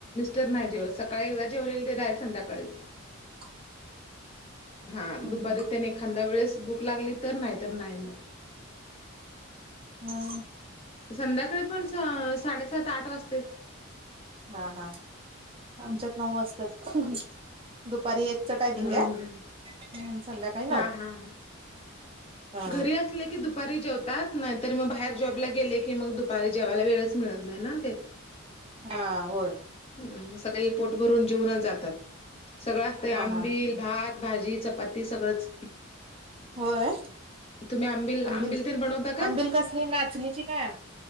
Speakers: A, on the left (about 25°); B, on the right (about 25°).
A: तर नाही जेव सकाळी एकदा जेवलेईल ते डार संधकाळी
B: <unintelligible>
A: हा
B: हम्म
A: दुपारी
B: हम्म
A: त्यांने एखाद्या वेळेस भूक लागली तर नाहीत नाही मग
B: हम्म
A: संध्याकाळी पण साडेसात आठ वाजतेच
B: हा हा आमच्यात नऊ वाजतात दुपारी एकच टायमिंग
A: हम्म
B: आहे
A: हम्म.
B: म्ह संध्याकाळी
A: हा
B: नऊ
A: हा.
B: हा
A: घरी असले की दुपारी जेवतात नाही तर मग बाहेर जॉबला गेले की मग दुपारी जेवायला वेळच मिळत नाही ना ते
B: हा होय
A: अ सकाळी पोट भरून जीवणच जातात सगळं असतं
B: हा
A: आंबिल
B: हा
A: भात भाजी चपाती सगळंच
B: होय
A: तुम्ही
B: आंबिल
A: तेन बनवता काय?
B: आंबिल कसली नाचणीची काय